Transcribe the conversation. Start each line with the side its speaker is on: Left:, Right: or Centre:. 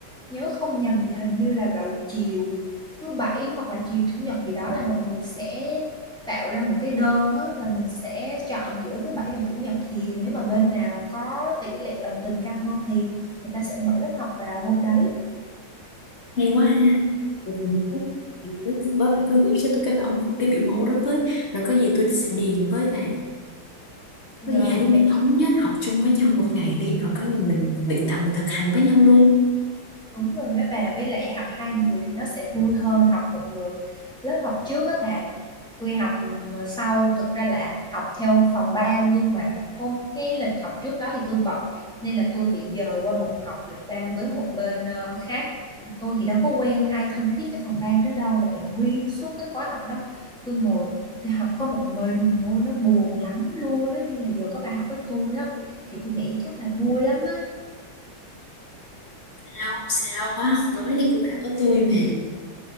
Centre: Nhớ không nhầm thì hình như là vào chiều thứ Bảy hoặc là chiều Chủ nhật gì đó là mọi người sẽ tạo ra một cái đơn á, là mình sẽ chọn giữa thứ Bảy và Chủ nhật, thì nếu mà bên nào có tỷ lệ đồng tình cao hơn thì người ta sẽ mở lớp học vào hôm đấy.
Left: Hay quá ha Vậy thì nếu, vậy thì nếu được đó, bà cứ gửi cho tôi cái bảo cái biểu mẫu đó với Rồi có gì tôi sẽ điền với bà
Centre: Rồi,
Left: Có gì hai đứa mình
Centre: vậy
Left: thống nhất học chung với nhau một ngày đi Rồi có gì mình luyện tập mình thực hành với nhau luôn
Centre: Đúng rồi đó bà, với lại học 2 người thì nó sẽ vui hơn học một người. Lớp học trước đó bà, tôi học ừm, sau, thực ra là học theo phòng ban nhưng mà hôm cái lịch học trước đó thì tôi bận nên là tôi bị dời qua một học lịch ban với một bên ờ, khác. Mà tôi thì đâu có quen ai thân thiết với phòng ban đó đâu, vậy là nguyên suốt cái khóa học đó tôi ngồi tôi học có một mình thôi nó buồn lắm luôn á nên là giờ có bà học với tôi á thì tôi nghĩ chắc là vui lắm á
Left: Sao, sao khóa học mới này của bà có tôi mà